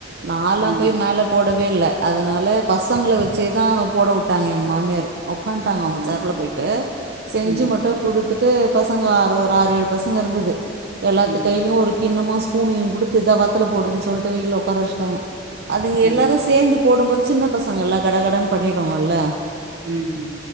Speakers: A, on the right; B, on the right.
A: நான்லா
B: ம்
A: போய் மேல போட வில்ல அதனால பசங்கள வச்சேதா போட உட்டாங்க எங்க மாமியாரு உக்கான்ட்டாங்க அவங்க
B: ம்
A: சேர்ல போயிட்டு செஞ்சு
B: ம்
A: மட்டு குடுத்து ட்டு பசங்க ஆறு ஒரு ஆறு ஏழு பசங்க இருந்தது எல்லாத்து
B: ம்
A: கையிலயு ஒரு கிண்ணமு ஸ் ஸ்பூனையு குடுத்து இதா வத்தல போடுன்னு சொல்ட்டு வெயில்ல உக்கார வச்சுட்டாங்க அதுங்க
B: ம்
A: எல்லாரு சேந்து போடும்போது சின்ன பசங்கல்ல கடகடன்னு பண்ணிடுங்கல்ல
B: உம் உம்